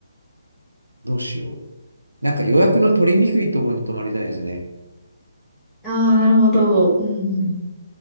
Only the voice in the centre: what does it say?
ああ、
なるほど。うんうんうん。